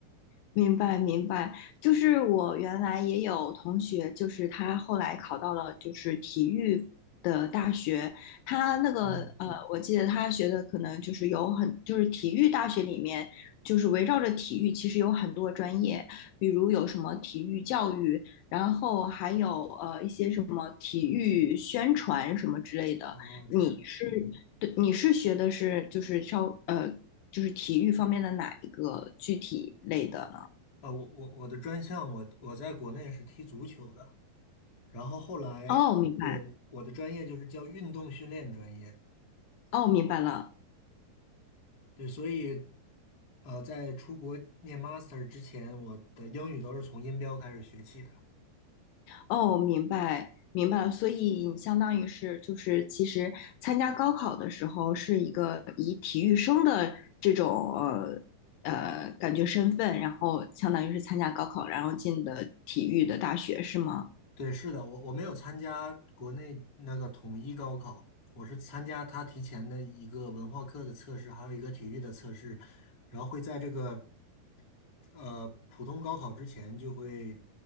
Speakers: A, on the left (about 80°); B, on the left (about 50°).
A: 明白明白，就是我原来也有同学，就是他后来考到了就是体育的大学，他那个呃，
B: 嗯，
A: 我记得他学的可能就是有很就是体育大学里面就是围绕着体育，其实有很多专业，比如有什么体育教育，然后还有呃一些什么体育宣传什么之类的。
B: 哦，
A: 你是对你是学的是就是稍呃就是体育方面的哪一个具体类的呢？
B: 这样，啊，我我我的专项我我在国内是踢足球的，然后后来对我的专业就是叫运动训练专业，
A: 哦，明白，哦，明白了，
B: 对，所以呃，在出国念 master 之前，我的英语都是从音标开始学起的。
A: 哦，明白，明白了。所以你相当于是就是，其实参加高考的时候是一个以体育生的这种呃呃感觉身份，然后相当于是参加高考，然后进的体育的大学，是吗？
B: 对，是的，我我没有参加国内那个统一高考，我是参加他提前的一个文化课的测试，还有一个体育的测试，然后会在这个呃普通高考之前就会